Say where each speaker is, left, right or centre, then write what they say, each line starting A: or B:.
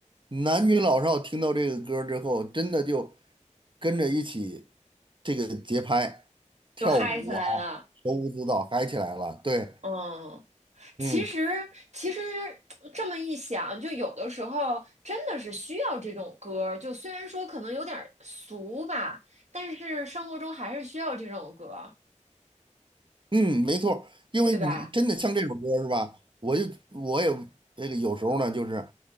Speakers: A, on the right; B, on the right.
A: 男女老少听到这个歌儿之后，真的就跟着一起这个节拍跳舞啊，
B: 就嗨起来了，
A: 手舞足蹈嗨起来了。对，
B: 嗯。
A: 嗯
B: 其实，其实这么一想，就有的时候真的是需要这种歌儿。就虽然说可能有点儿俗吧，但是生活中还是需要这种歌儿，
A: 嗯，没错儿因为你真的像这首歌儿是吧？
B: 对吧？
A: 我就我也这个有时候呢，就是